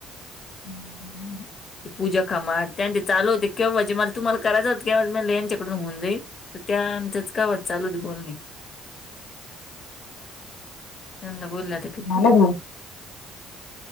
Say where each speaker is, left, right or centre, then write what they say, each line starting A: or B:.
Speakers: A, on the left; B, on the left.
A: हम्म
B: पूजा कामा त्यांनी चालू होते केव्हाजे मला तुम्हाला करायंच होतं केव्हा म यांच्याकडून होऊन जाईल. तर त्यानंतरच काय वात चालू होती बोलणे त्यांना बोलण्यात आता किती
A: झालं
B: वेळ
A: मग